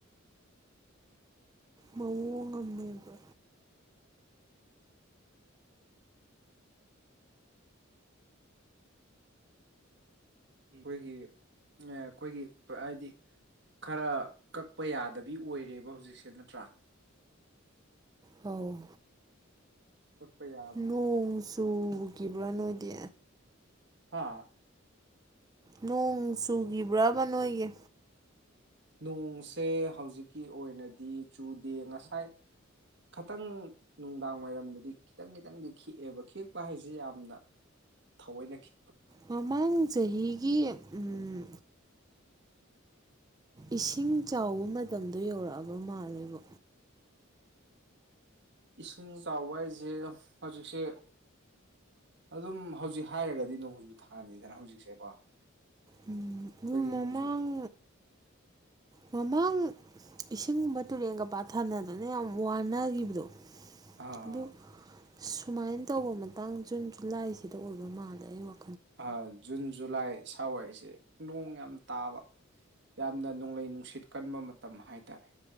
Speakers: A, on the right (about 20°); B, on the right (about 60°).
A: ꯃꯑꯣꯡ ꯉꯝꯃꯦꯕ
B: ꯈꯣꯏꯒꯤ ꯑꯦ ꯈꯣꯏꯒꯤ ꯍꯥꯏꯗꯤ ꯈꯔ ꯀꯛꯄ ꯌꯥꯗꯕꯤ ꯑꯣꯏꯔꯦꯕ ꯍꯧꯖꯤꯛꯁꯦ ꯅꯠꯇ꯭ꯔꯥ
A: ꯍꯧ
B: ꯀꯛꯄ ꯌꯥ
A: ꯅꯣꯡ ꯆꯨꯒꯤꯕ꯭ꯔꯥ ꯅꯣꯏꯗꯤ
B: ꯍꯥ
A: ꯅꯣꯡ ꯆꯨꯒꯤꯕ꯭ꯔꯕ ꯅꯣꯏꯒꯤ
B: ꯅꯣꯡꯁꯦ ꯍꯧꯖꯤꯛꯀꯤ ꯑꯣꯏꯅꯗꯤ ꯆꯨꯗꯦ ꯉꯁꯥꯏ ꯈꯇꯪ ꯅꯨꯡꯗꯥꯡ ꯋꯥꯏꯔꯝꯗꯗꯤ ꯈꯤꯇꯪ ꯈꯤꯇꯪꯗꯤ ꯈꯤꯛꯑꯦꯕ ꯈꯤꯛꯄ ꯍꯥꯏꯖꯤ ꯌꯥꯝꯅ ꯊꯑꯣꯏꯅ ꯈꯤ
A: ꯃꯃꯥꯡ ꯆꯍꯤꯒꯤ ꯎꯝ ꯏꯁꯤꯡ ꯆꯥꯎꯕ ꯃꯇꯝꯗꯣ ꯌꯧꯔꯛꯑꯕ ꯃꯥꯜꯂꯦꯕꯣ
B: ꯏꯁꯤꯡ ꯆꯥꯎꯕ ꯍꯥꯏꯖꯦ ꯍꯧꯖꯤꯛꯁꯦ ꯑꯗꯨꯝ ꯍꯧꯖꯤꯛ ꯍꯥꯏꯔꯒꯗꯤ ꯅꯣꯡꯖꯨ ꯊꯥꯅꯤꯗꯅ ꯍꯧꯖꯤꯛꯁꯦꯀꯣ
A: ꯎꯝ
B: ꯑꯩꯈꯣꯏꯒꯤ
A: ꯎ ꯃꯃꯥꯡ
B: ꯅꯣꯡꯖꯨ
A: ꯃꯃꯥꯡ ꯏꯁꯤꯡꯒꯨꯝꯕ ꯇꯨꯔꯦꯟꯒ ꯄꯥꯊꯥꯅꯗꯨꯅ ꯌꯥꯝ ꯋꯥꯅꯒꯤꯕꯗꯣ
B: ꯑ
A: ꯑꯗꯨ ꯁꯨꯃꯥꯏꯟ ꯇꯧꯕ ꯃꯇꯥꯡ ꯖꯨꯟ ꯖꯨꯂꯥꯏꯁꯤꯗ ꯑꯣꯏꯕ ꯃꯥꯜꯂꯦ ꯑꯩ ꯋꯥ
B: ꯑꯍꯥ ꯖꯨꯟ ꯖꯨꯂꯥꯏ ꯁꯥꯋꯥꯏꯁꯦ ꯅꯣꯡ ꯌꯥꯝ ꯇꯥꯕ ꯌꯥꯝꯅ ꯅꯣꯡꯂꯩ ꯅꯨꯡꯁꯤꯠ ꯀꯟꯕ ꯃꯇꯝ ꯍꯥꯏꯇꯥꯔꯦ